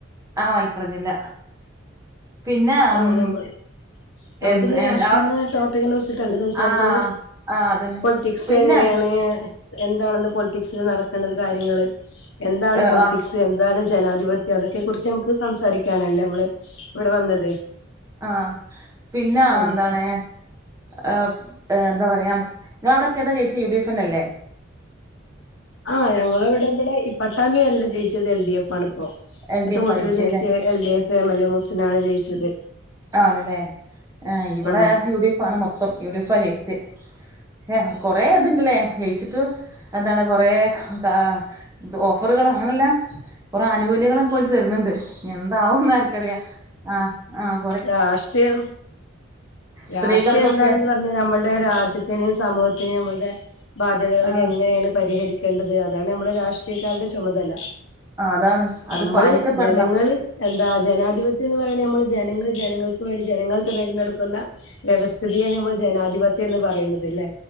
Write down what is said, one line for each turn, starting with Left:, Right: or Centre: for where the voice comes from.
Right: ആ മലപ്പുറം ജില്ല പിന്നെ
Left: അഹ്
Right: ഉം,
Left: ഞമ്മള് നമക്കിന്ന്
Right: എന്ത്
Left: രാഷ്ട്രിയെന്ന
Right: എന്താ അവിടെ
Left: ടോപികിനെക്കുറിച്ചിട്ടല്ലേ സംസാരിക്കണ്ടത്
Right: ആ ആ അതന്നെ
Left: പൊളിറ്റിക്‌സങ്ങനെയാണ്
Right: പിന്നെ
Left: എന്താണിന്ന് പൊളിറ്റിക്‌സില് നടക്കണ കാര്യങ്ങള് എന്താണ്
Right: ഏ,
Left: പൊളിറ്റിക്സ്
Right: ആ,
Left: എന്താണ് ജനാധിപത്യം അതൊക്കെ കുറിച്ച് മ്മക്ക്‌ സംസാരിക്കാനല്ലേ മ്മള് ഇവിടേ വന്നത്
Right: അഹ് പിന്നെ
Left: ആഹ്
Right: എന്താണ് അഹ് അഹ് എന്താ പറയാ നിങ്ങളവ്ടൊക്കെ ഏതാ ജയിച്ച യു ഡി എഫ്നല്ലെ
Left: അഹ് ഞങ്ങളവിടെ ഇവിടെ ഇഹ് പട്ടാമ്പി വാർഡിൽ ജയിച്ചത് എൽ ഡി എഫ് മണുപ്പാ
Right: എൽ
Left: എത്ര
Right: ഡി എഫ്
Left: വോട്ടിലാ
Right: ആ ജയിച്ചേ
Left: ജയിച്ച
Right: അല്ലേ
Left: എൽ ഡി എഫ് വേമല മുസ്സിനാണ് ജയിച്ചത്
Right: ആണല്ലേ ഇവിടേ
Left: ഉം
Right: യു ഡി എഫ് ആണ് മൊത്തം യു ഡി എഫാ ജയിച്ചെ ഹെ കൊറേ അതില്ലെ വെ ചിട്ട് എന്താണ് കൊറേ കാ ഓഫറുകൾ അങ്ങനെല്ലാം കൊറേ അനുകൂല്യങ്ങളൊക്കെ ഓര് തരുന്നുണ്ട് ഇനിയെന്ന ന്താവുന്ന് ആർക്കറിയാം അഹ് അഹ്
Left: രാഷ്ട്രിയം രാഷ്ട്രിയെന്താണെന്ന്
Right: സ്ത്രീകൾക്കൊക്കെ
Left: പറഞ്ഞാൽ ഞമ്മൾടെ രാജ്യത്തിന് സമാധാന ത്തിന് നമ്മടെ ബാധ്യതകളൊക്കെ
Right: ആഹ്
Left: എങ്ങനെയാണ് പരിഹരിക് ക്കേണ്ടത് അതാണ് നമ്മുടെ രാഷ്ട്രീയക്കാരുടെ ചുമതല
Right: അതാണ് അത്
Left: നമ്മള്
Right: പാലിക്കപ്പെടണം
Left: ജനങ്ങള് എന്താ ജനാധിപത്യം എന്ന് പറയണ നമ്മള് ജനങ്ങൾ ജനങ്ങൾക് വേണ്ടി ജനങ്ങൾ തിരഞ്ഞെടുക്കു ക്കുന്ന വ്യവസ്ഥിതിയാണ് നമ്മൾ ജനാധിപത്യം എന്ന് പറയുന്നത് ല്ലെ